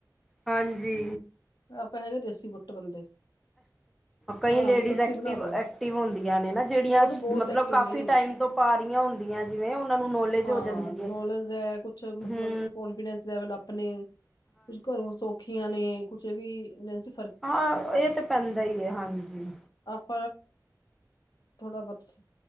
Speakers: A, in the centre; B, on the left.
A: ਹਾਂਜੀ
B: ਆਪਾਂ ਹੈਗੇ ਦੇਸੀ ਬੁਟ ਬੰਦੇ
A: ਕਈ
B: ਹਾਂ
A: ਲੇਡੀਜ਼
B: ਵੀ ਤੁਸੀਂ
A: ਐਕਟਿਵ-
B: ਬਣਾ ਲਓ
A: ਐਕਟਿਵ ਹੁੰਦੀਆਂ ਨੇ ਨਾ ਜਿਹੜੀਆਂ
B: ਉਹ ਤਾਂ ਬਹੁਤ
A: ਮਤਲਬ
B: ਐਕਟਿਵ
A: ਕਾਫੀ
B: ਨੇ
A: ਟਾਈਮ ਤੋਂ ਪੁਰਾਣੀਆਂ ਹੁੰਦੀਆਂ ਜਿਵੇਂ ਉਹਨਾਂ ਨੂੰ ਨੌਲੇਜ
B: ਹਾਂ
A: ਹੋ ਜਾਂਦੀ
B: ਨੌਲੇਜ
A: ਏ,
B: ਹੈ ਕੁਛ ਮਤਲਬ
A: ਹੂੰ
B: ਕੌਨਫੀਡੈਂਸ ਲੈਵਲ ਆਪਣੇ, ਕੁਝ ਘਰੋਂ ਸੌਖੀਆਂ ਨੇ ਕੁਛ ਵੀ ਵੈਸੇ
A: ਹਾਂ ਇਹ ਤੇ ਪੈਂਦਾ ਹੀ ਹੈ ਹਾਂਜੀ।
B: ਹਾ, ਥੋੜ੍ਹਾ ਬਟਸ